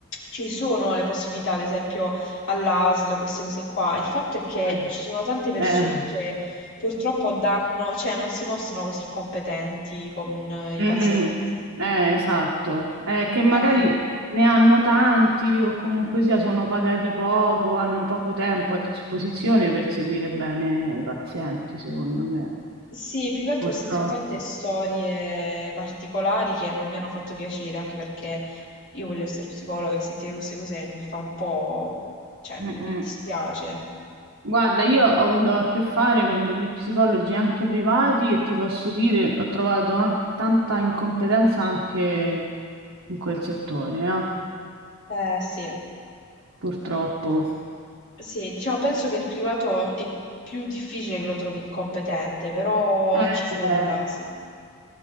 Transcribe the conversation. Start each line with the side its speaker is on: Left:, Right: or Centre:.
Left: ci sono le possibilità, ad esempio all'ASL, queste cose qua. Il fatto è che
Right: Eh,
Left: ci sono tante persone
Right: eh,
Left: che purtroppo danno, cioè non si mostrano così competenti con eh, i
Right: mm,
Left: pazienti.
Right: mm. Eh, esatto. Eh, che magari
Left: Eh.
Right: ne hanno tanti o comunque sia sono pagati poco, hanno poco tempo a disposizione per seguire bene i pazienti, secondo me,
Left: Sì, più che altro
Right: purtroppo.
Left: ho sentito tante storie particolari che non mi hanno fatto piacere, anche perché io voglio essere psicologa e sentire queste cose mi fa un po'... cioè mi,
Right: Mm,
Left: mi
Right: mm.
Left: dispiace.
Right: Guarda, io ho avuto a che fare con degli psicologi anche privati e ti posso dire, ho trovato anche tanta incompetenza anche in quel settore, eh,
Left: Eh sì,
Right: purtroppo.
Left: sì, diciamo, penso che il privato è più difficile che lo trovi incompetente, però
Right: Eh,
Left: ci sono
Right: eh.
Left: i casi.